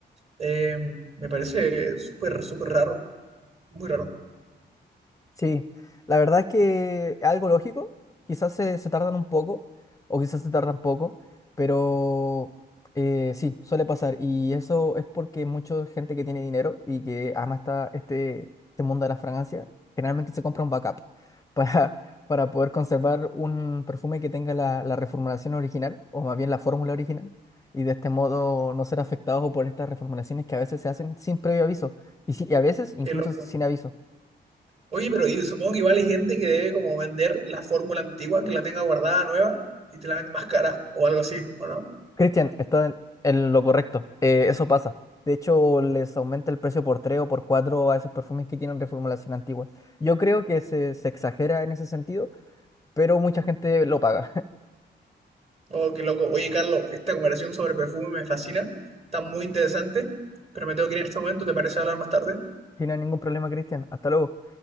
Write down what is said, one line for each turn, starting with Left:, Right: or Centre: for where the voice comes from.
Right: Eh, me parece súper, súper raro, muy raro,
Left: Sí, la verdad es que es algo lógico, quizás se, se tardan un poco o quizás se tardan poco, pero eh, sí, suele pasar y eso es porque mucha gente que tiene dinero y que ama esta, este, este mundo de las fragancias generalmente se compra un backup <laughs> para, para poder conservar un perfume que tenga la, la reformulación original o más bien la fórmula original y de este modo no ser afectado por estas reformulaciones que a veces se hacen sin previo aviso y, sí- y a veces incluso
Right: qué loco.
Left: sin aviso.
Right: Oye, pero y supongo que igual hay gente que debe como vender la fórmula antigua, que la tenga guardada nueva y te la vende más cara o algo así, ¿o no?
Left: Cristian, está en, en lo correcto. Eh, eso pasa. De hecho, les aumenta el precio por 3 o por 4 a esos perfumes que tienen reformulación antigua. Yo creo que se, se exagera en ese sentido, pero mucha gente lo paga. <laughs>
Right: Oh, qué loco. Oye, Carlos, esta conversación sobre perfume me fascina, está muy interesante, pero me tengo que ir en este momento, ¿te parece hablar más tarde?
Left: Sin ningún problema, Cristian. Hasta luego.